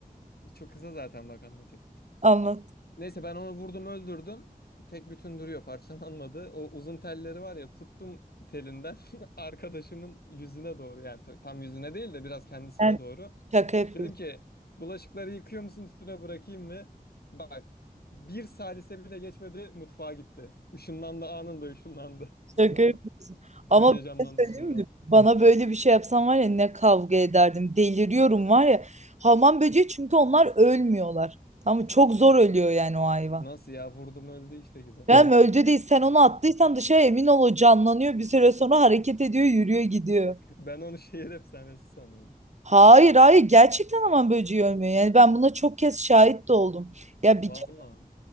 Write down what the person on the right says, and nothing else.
Anlat.
Ben
şaka yapıyorsun.
Şaka
yapıyorsun.
Ama bir
şey
söyleyeyim mi?
Bana böyle bir şey yapsan var ya ne kavga ederdim. Deliriyorum var ya. Hamam böceği çünkü onlar ölmüyorlar. Tamam mı? Çok zor ölüyor yani o hayvan.
Ya Yani
öldü değil sen onu attıysan dışarı emin ol o canlanıyor bir süre sonra hareket ediyor yürüyor gidiyor.
Hayır hayır gerçekten hamam böceği ölmüyor. Yani ben buna çok kez şahit de oldum. Ya bir